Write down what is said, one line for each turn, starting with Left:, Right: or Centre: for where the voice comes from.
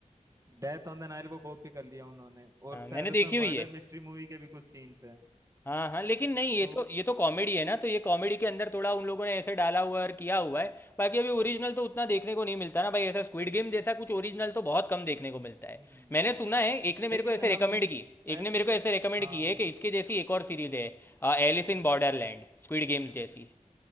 Right: डेथ ऑन द नाइल को कॉपी कर लिया उन्होंने और शायद
Left: मैंने देखी
Right: उसमें
Left: हुई
Right: मर्डर
Left: है
Right: मिस्ट्री मूवी के भी कुछ सीन्स हैं
Left: हाँ हाँ लेकिन नहीं ये
Right: तो
Left: तो ये तो कॉमेडी है ना तो ये कॉमेडी के अंदर थोड़ा उन लोगों ने ऐसे डाला हुआ और किया हुआ है बाकी अभी ओरिजिनल तो उतना देखने को नहीं मिलता ना भाई ऐसा स्क्विड गेम जैसा कुछ ओरिजिनल तो बहुत कम देखने को मिलता
Right: हम्म
Left: है मैंने सुना है एक ने
Right: लेकिन
Left: मेरे को ऐसे रेकमेंड
Right: हम
Left: की
Right: वेब
Left: एक ने मेरे
Right: सीरीज
Left: को ऐसे रेकमेंड
Right: हाँ
Left: की है कि इसके जैसी एक और सीरीज है Alice in Borderland squid games जैसी